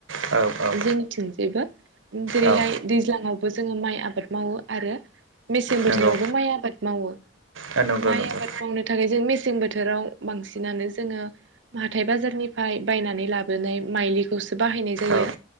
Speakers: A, on the right; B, on the right.
A: औ औ
B: जोंनिथिंजायबो जेरैहाय
A: औ
B: दैज्लां आवबो जों जोङो माइ आबाद मावो आरो मेसें बोथोरावबो
A: नंगौ
B: माइ आबाद मावो।
A: नंगौ
B: माइ
A: नंगौ
B: आबाद मावनो थाखाय जों मेस मेसें बोथोराव बांसिनानो जोङो हाथाइ बाजारनिफ्राय बायनानै लाबोनाय माइलिखौ सो बाहायनाय जायो।
A: औ